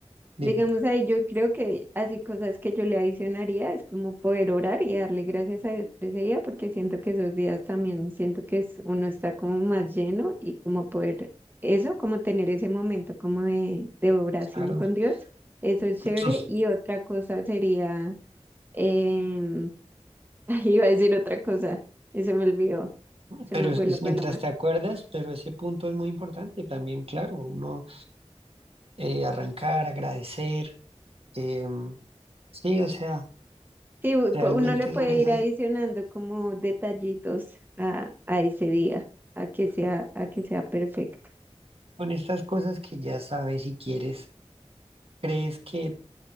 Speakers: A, on the right; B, on the right.
A: dime,
B: digamos ahí, yo creo que así cosas que yo le adicionaría es como poder orar y darle gracias a Dios por ese día, porque siento que esos días también, siento que es, uno está como más lleno y como poder eso, como tener ese momento como de, de oración
A: claro,
B: con Dios. Eso es
A: <clears throat>
B: chévere. Y otra cosa sería Eh, <laughs> iba a decir otra cosa y se me olvidó, se
A: pero
B: me
A: es,
B: fue
A: es
B: la paloma.
A: mientras te acuerdas, pero ese punto es muy importante también, claro, uno eh, arrancar, agradecer, eh, sí, o sea,
B: Sí, u-
A: realmente
B: pu- uno le puede
A: son esas,
B: ir adicionando como detallitos a, a ese día, a que sea, a que sea perfecto.
A: son estas cosas que ya sabes y quieres, crees que